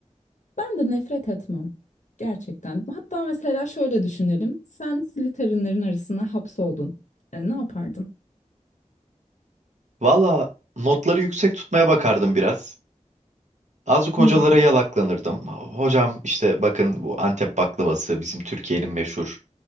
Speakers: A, on the left; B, on the right.
A: Ben de nefret etmem. Gerçekten. Hatta mesela şöyle düşünelim. Sen Slytherin'lerin arasına hapsoldun. E, ne yapardın?
B: Valla notları yüksek tutmaya bakardım biraz. Azıcık
A: Hmm.
B: hocalara yalaklanırdım. Hocam işte bakın bu Antep baklavası bizim Türkiye'nin meşhur.